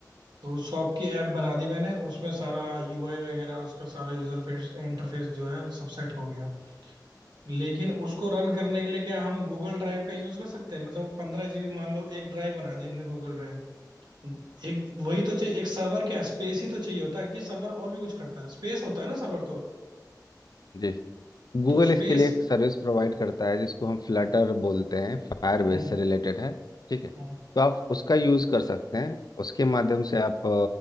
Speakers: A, on the right (about 80°); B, on the left (about 65°).
A: तो शॉप की ऐप बना दी मैंने उसमें सारा यूआई वगैरह उसका सारा यूजर फेस इंटरफेस जो है सब सेट हो गया लेकिन उसको रन करने के लिए क्या हम गूगल ड्राइव का यूज कर सकते हैं मतलब पंद्रह जीबी मान लो एक ड्राइव बना दी हमने गूगल ड्राइव एक वही तो चाहिए एक सर्वर क्या स्पेस ही तो चाहिए होता है कि सर्वर और भी कुछ करता है स्पेस होता है ना सर्वर तो
B: जी गूगल
A: तो स्पेस
B: इसके लिए एक सर्विस प्रोवाइड करता है जिसको हम फ्लटर बोलते हैं फायरबेस
A: हम्म
B: से रिलेटेड है ठीक है
A: हम्म।
B: तो आप उसका यूज़ कर सकते हैं उसके माध्यम से आप